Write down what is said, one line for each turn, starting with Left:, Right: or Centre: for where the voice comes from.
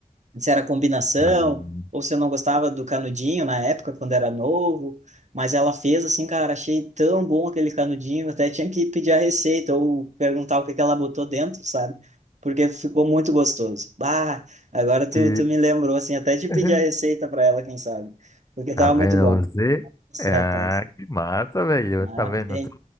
Right: se era combinação,
Left: Não.
Right: ou se eu não gostava do canudinho na época, quando era novo. Mas ela fez assim, cara, achei tão bom aquele canudinho, até tinha que pedir a receita ou perguntar o que que ela botou dentro, sabe? Porque ficou muito gostoso. Bah, agora tu,
Left: E
Right: tu me lembrou, assim, até de pedir
Left: <laughs>
Right: a receita para ela, quem sabe? Porque tava
Left: Tá vendo
Right: muito bom.
Left: você?
Right: Nossa,
Left: Ah,
Right: rapaz.
Left: que massa, velho.
Right: Ah,
Left: Tá vendo?
Right: tem,
Left: Tu